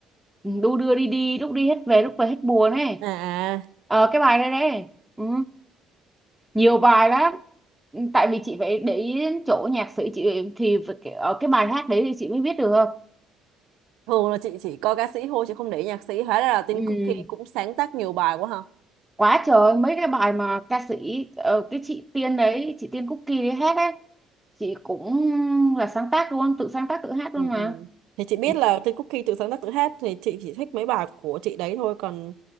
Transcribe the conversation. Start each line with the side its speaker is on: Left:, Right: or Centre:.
Centre: đu đưa đi đi lúc đi hết về lúc về hết buồn ấy
Right: à à,
Centre: ờ, cái bài đây đấy đấy. ừ. nhiều bài lắm Ừ, tại vì chị phải để ý đến chỗ nhạc sĩ chị thì phải cái- ở cái bài hát đấy thì chị mới biết được
Right: thường là chị chỉ coi ca sĩ thôi chị không để ý nhạc sĩ hóa ra là Tin
Centre: ừ.
Right: Cookie cũng sáng tác nhiều bài quá hả
Centre: quá trời mấy cái bài mà ca sĩ ờ, cái chị Tiên đấy chị Tiên Cookie đấy hát ấy chị cũng là sáng tác luôn tự sáng tác tự hát
Right: Ừ,
Centre: luôn mà
Right: ừ. Thì chị biết
Centre: Ừ,
Right: là Tin Cookie tự sáng tác tự hát thì chị chỉ thích mấy bài của chị đấy thôi còn